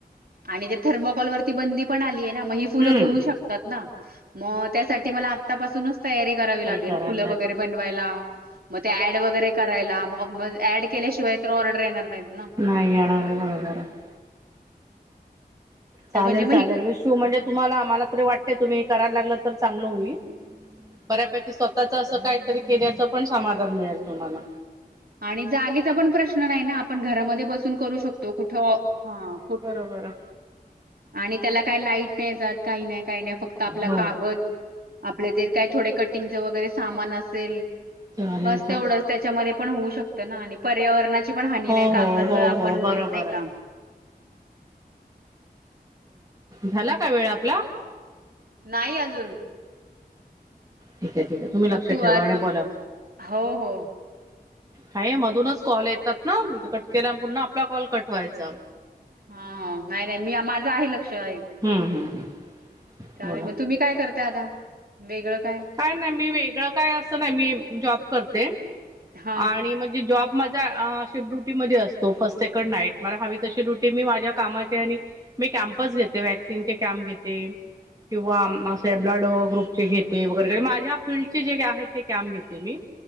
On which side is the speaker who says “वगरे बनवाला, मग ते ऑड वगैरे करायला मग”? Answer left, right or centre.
Right